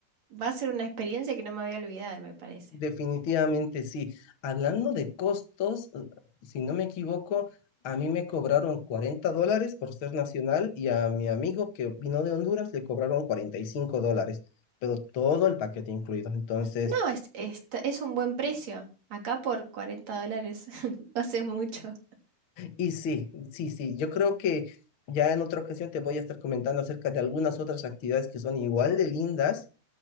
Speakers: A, on the right; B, on the left.
A: va a ser una experiencia que no me voy a olvidar, me parece.
B: Definitivamente sí. Hablando de costos, eh, si no me equivoco, a mí me cobraron 40 dólares por ser nacional y a mi amigo que vino de Honduras le cobraron 45 dólares, pero todo el paquete incluido. Entonces,
A: No, es, es, es un buen precio. Acá por 40 dólares <laughs> no hace mucho.
B: y sí, sí, sí, yo creo que ya en otra ocasión te voy a estar comentando acerca de algunas otras actividades que son igual de lindas